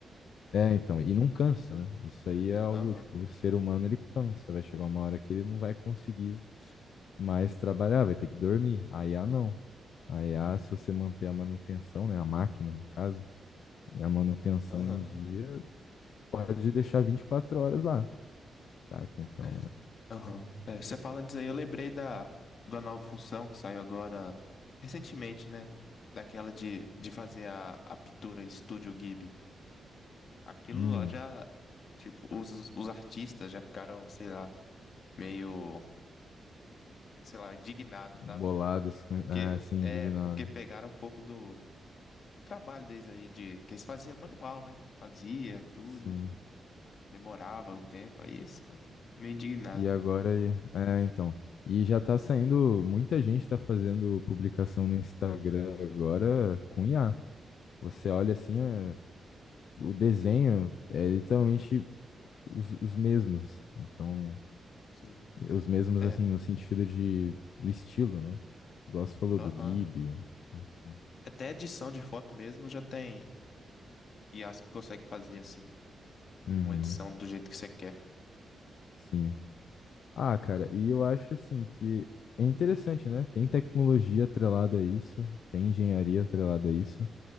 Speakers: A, on the left; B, on the left.
A: é, então, e não cansa, né? Isso aí é algo,
B: Aham,
A: tipo, o ser humano ele cansa, vai chegar uma hora que ele não vai conseguir
B: isso.
A: mais trabalhar, vai ter que dormir. A IA não. A IA, se você manter a manutenção, né, a máquina, no caso, e a manutenção
B: Aham.
A: em dia, pode deixar 24 horas lá, saca? Então,
B: É. Aham. É, você falando disso aí, eu lembrei da, da nova função que saiu agora recentemente, né? Daquela de, de fazer a, a pintura Estúdio Ghibli. Aquilo
A: é... hum,
B: lá já, tipo, os, os artistas já ficaram, sei lá, meio, sei lá, indignados,
A: bolados,
B: sabe? Porque,
A: é, sim,
B: é,
A: indignado,
B: porque pegaram um pouco do, do trabalho deles aí, de, que eles faziam manual, né? Fazia tudo,
A: sim.
B: demorava o tempo, aí eles ficaram meio indignados.
A: E agora, é, então, e já tá saindo, muita gente tá fazendo publicação no Instagram agora com IA. Você olha assim, é, o desenho é literalmente os, os mesmos. Então,
B: Sim.
A: os mesmos
B: É,
A: assim, no sentido de, do estilo, né? Igual você falou
B: aham.
A: do Ghibli, enfim.
B: Até edição de foto mesmo já tem I as que consegue fazer assim,
A: Uhum,
B: uma edição do jeito que você quer.
A: sim. Ah, cara, e eu acho assim que é interessante, né? Tem tecnologia atrelada a isso, tem engenharia atrelada a isso,